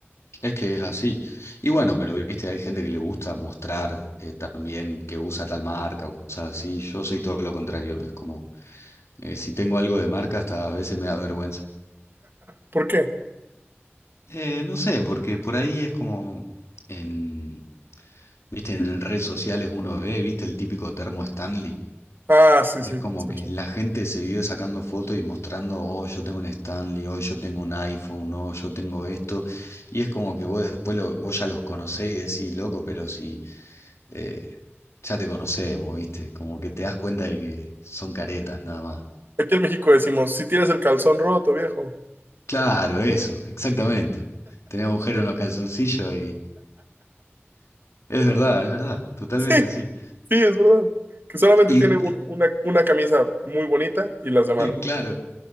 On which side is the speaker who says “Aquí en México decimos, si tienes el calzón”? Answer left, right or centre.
Right